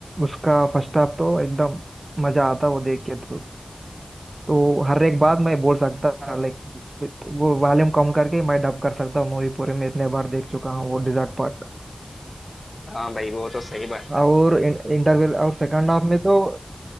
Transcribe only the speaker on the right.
उसका फर्स्ट हाफ तो एकदम मजा आता वो देख के तो तो हर एक बात मैं बोल सकता लाइक वो वॉल्यूम कम करके मैं डब कर सकता हूँ मूवी पूरे में इतने बार देख चुका हूँ वो डिजर्ट पार्ट
और इंटरवल और सेकंड हाफ में तो